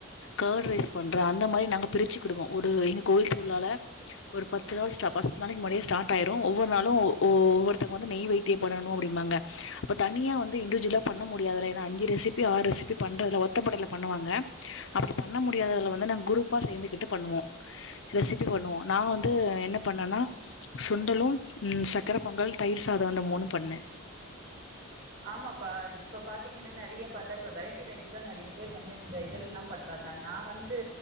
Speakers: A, on the left (about 65°); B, on the right (about 60°).
A: கேட் ரைஸ் பண்றே அந்த மாரி நாங்க பிரிச்சுக்கிடுவோ ஒரு எங்க கோயில் திருவிழால ஒரு பத்து நாள் ஸ்டா பத்து நாளைக்கு முன்னாடியே ஸ்டார்ட் ஆயிரு ஒவ்வொரு நாளு ஒ ஒவ்வொருத்தங்க வந்து நெய் வெய்த் திய பண்ணனு அப்டிம்பாங்க அப்ப தனியா வந்து இண்டிவிஜுவலா பண்ண முடியாதுல்ல ஏனா அஞ்சு ரெசிபி ஆறு ரெசிபி பண்றதுல்ல ஒத்தப்படைல பண்ணுவாங்க அப்டி பண்ண முடியாதால வந்து நாங்க குரூப்பா சேந்து கிட்டு பண்ணுவோ ரெசிபி பண்ணுவோ நா வந்து என்ன பண்ணேனா சுண்டலு ம் சக்கர பொங்கல் தயிர் சாத அந்த மூணு பண்ணே
B: ஆமாப்பா இப்ப பாத்தீங்கனா நெறைய பாத்தா இப்ப வெரைட்டி ரைஸ் தா நெறைய பேர் வந்து இந்த இதெல்லாம் பண்றாங்க நா வந்து